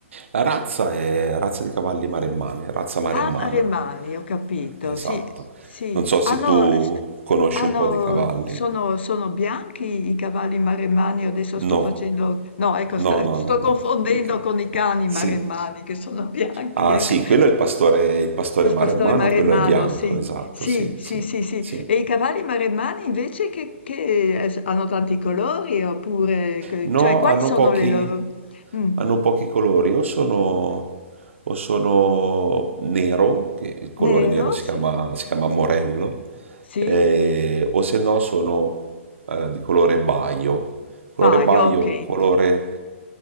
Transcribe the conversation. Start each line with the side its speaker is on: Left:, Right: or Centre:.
Right: La razza è razza di cavalli maremmani, razza maremmana.
Left: Ah, Remani, ho capito,
Right: Esatto.
Left: sì, sì,
Right: Non so se
Left: hanno,
Right: tu
Left: s-
Right: conosci
Left: hanno-
Right: un po' di cavalli.
Left: sono, sono bianchi i cavalli maremmani, adesso sto
Right: No,
Left: facendo, no, ecco,
Right: no,
Left: sta-
Right: no,
Left: sto
Right: no, no.
Left: confondendo
Right: E che-
Left: con i cani
Right: Sì.
Left: maremmani che sono bianchi,
Right: Ah,
Left: ecco,
Right: sì, quello è il pastore, il pastore
Left: il
Right: maremmano,
Left: pastore maremmano,
Right: quello è bianco,
Left: sì,
Right: esatto,
Left: sì,
Right: sì,
Left: sì,
Right: sì,
Left: sì, sì,
Right: sì.
Left: e i cavalli maremmani invece che, che, eh, s- hanno tanti colori oppure, che-
Right: No,
Left: cioè, quali
Right: hanno
Left: sono
Right: pochi,
Left: le loro? Mm,
Right: hanno pochi colori, o sono, o sono nero, che il colore
Left: Nero,
Right: nero si
Left: sì,
Right: chiama, si chiama morello,
Left: sì,
Right: eh, o se no sono eh, di colore baio. Il colore
Left: paio,
Right: baio
Left: ok.
Right: è un colore